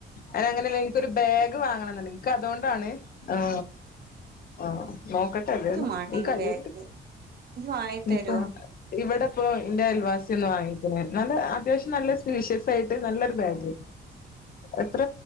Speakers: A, on the left; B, on the right.
A: അത് അങ്ങനെല്ല ഇൻക്കൊരു ബെഗ് വാങ്ങണംന്ന്ണ്ട് ക്ക അതൊണ്ടാണ് ആ ആ നോക്കട്ടെ ഏതായാലും
B: ഇക്കും മാണ്ടേനി
A: <unintelligible>
B: ബാഗ് ഇജ്ജ് വാങ്ങി
A: ഇൻക്ക്
B: തരോ
A: <unintelligible> ഇവടെ ഇപ്പോ ഇന്റെ അയൽവാസിയൊന്ന് വാങ്ങിക്കണ് നല്ല അത്യാവിശ്യം നല്ല സ്പീഷ്യസ് ആയിട്ട് നല്ലൊരു ബാഗ് എത്ര